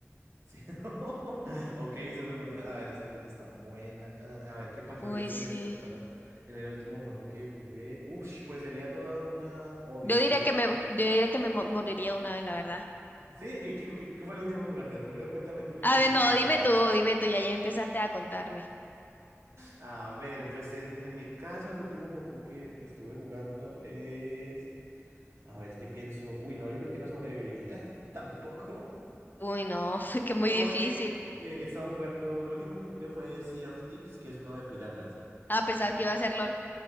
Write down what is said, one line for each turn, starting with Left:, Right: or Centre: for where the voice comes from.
Right: Sí. <laughs> Ok, esa pregunta, a ver, esa pregunta está buena. A ver, ¿qué pasaría
Left: Uy,
Right: si
Left: sí.
Right: me despertara en el último juego que jugué? Ush, pues sería toda una odisea.
Left: Yo diría que me, yo diría que me mo- moriría de una vez, la verdad.
Right: Sí, ¿qué, qué, qué- qué fue lo último que jugaste? Primero cuéntame tú y después
Left: A ver, no,
Right: te cuento
Left: dime
Right: yo.
Left: tú, dime tú, ya, ya empezaste a contarme.
Right: A ver, pues en, en mi caso el último juego que estuve jugando es... A ver, es que pienso... Uy, no, yo creo que no sobreviviría <laughs> tampoco.
Left: Uy, no, <laughs> que muy
Right: Porque
Left: difícil.
Right: eh, estaba jugando... Lo último que jugué fue Sea of Thieves, que es uno de piratas.
Left: Ah, pensaba
Right: ¿sí?
Left: que iba a ser LOL.